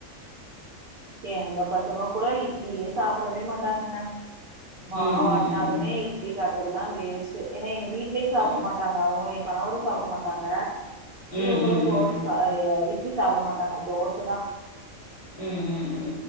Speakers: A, on the right (about 65°); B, on the left (about 30°).
A: எங்க பசங்க கூட இட்லியே சாப்டவே மாட்டாங்கங்க மாவு
B: ம் ம்
A: ஆட்னாலுமே
B: ம் ம்
A: வீக் ஆட்டறதெல்லா வேஸ்ட்டு ஏன்னா எங்க வீட்லயே சாப்ட
B: ம்
A: மாட்டாங்க அவுங்களு எ கணவரு சாப்ட மாட்டாங்க இவங்களு
B: ம் ம் ம்
A: தோச ச ஆ இட்லி சாப்ட மாட்டாங்க தோச தா
B: ம் ம் ம்